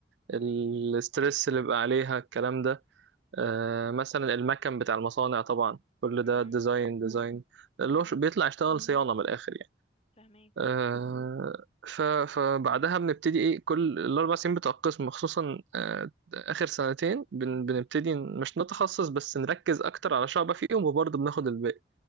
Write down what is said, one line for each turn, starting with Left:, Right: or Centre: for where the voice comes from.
Left: تمام
Right: الاسترس اللي بقى عليها الكلام ده آه، مثلا المكن بتاع المصانع طبعا كل
Left: مم.
Right: ده ديزاين ديزاين اللي
Left: مهم.
Right: هو ش- بيطلع يشتغل صيانة من الآخر يعني
Left: فهماك
Right: آه،
Left: اه
Right: ف- فبعدها بنبتدي ايه كل الأربع سنين بتوع القسم خصوصا آه، آخر سنتين بن- بنبتدي ن- مش نتخصص بس نركز أكتر على شعبة فيهم وبرضه بناخد الباقي